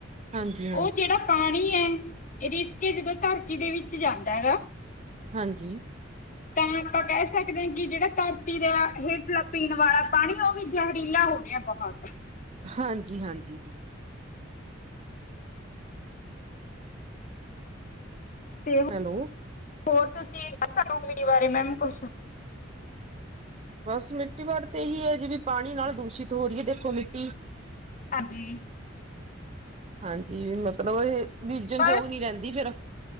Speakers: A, on the right; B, on the left.
A: ਹਾਂਜੀ,
B: ਉਹ ਜਿਹੜਾ ਪਾਣੀ ਹੈ, ਰਿਸ ਕੇ ਜਦੋਂ ਧਰਤੀ ਦੇ ਵਿੱਚ ਜਾਂਦਾ ਐ ਗਾ।
A: ਹਾਂਜੀ।
B: <unintelligible> ਤਾਂ ਆਪਾਂ ਕਹਿ ਸਕਦੇ ਹਾਂ ਕਿ, ਜਿਹੜਾ ਧਰਤੀ ਦਾ ਹੇਠਲਾ ਪੀਣ ਵਾਲਾ ਪਾਣੀ ਉਹ ਵੀ ਜ਼ਹਿਰੀਲਾ ਹੋ ਗਿਆਂ। <inaudible>
A: ਹਾਂਜੀ-ਹਾਂਜੀ,
B: ਤੇ
A: ਹੈਲੋ,
B: ਹੋਰ ਤੁਸੀ <inaudible> ਮੈਮ ਕੁਛ‌‌
A: ਬਸ ਮਿੱਟੀ ਵਟ ਤਾਂ ਇਹੀ ਹੈਂ ਜੀ, ਵੀ ਪਾਣੀ ਨਾਲ਼ ਦੂਸ਼ਿਤ ਹੋ ਰਹੀ ਹੈਂ ਦੇਖੋਂ ਮਿੱਟੀ
B: ਹਾਂਜੀ,
A: ਹਾਂਜੀ, ਮਤਲਬ ਇਹ ਬੀਜਣ
B: ਪਰ
A: ਜੋੋਗ ਨੀਂ ਰਹਿੰਦੀ ਫ਼ੇਰ